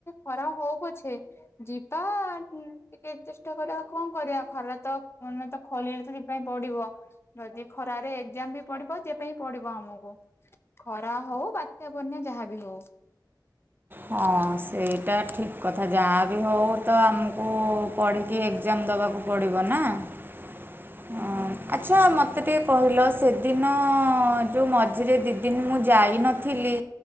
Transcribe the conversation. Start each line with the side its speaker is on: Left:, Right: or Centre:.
Left: ଖରା ହଉ ପଛେ ଯିବା। ଟିକେ ଚେଷ୍ଟା କରିବା କଣ କରିବା ଖରା ତ ମାନେ ତ ଖୋଲିଲେ ତ ସେଥିପାଇଁ ପଡିବ ଯଦି ଖରାରେ ଏକ୍ଜାମ ବି ପଢିବ ଯେ ପାଇଁ ପଡିବ ଆମକୁ। ଖରା ହଉ ବାତ୍ୟା ବନ୍ୟା ଯାହାବି ହଉ
Right: ହଁ ସେଇଟା ଠିକ୍ କଥା ଯାହା ବି ହଉ ତ ଆମକୁ ପଢ଼ିକି ଏକ୍ଜାମ ଦେବାକୁ ପଡ଼ିବ ନା ଆଚ୍ଛା
Left: ହୁଁ
Right: ମୋତେ ମୋତେ ଟିକେ କହିଲ ସେଦିନ ଯେଉଁ ମଝିରେ ଦୁଇ ଦିନ ମୁଁ ଯାଇନଥିଲି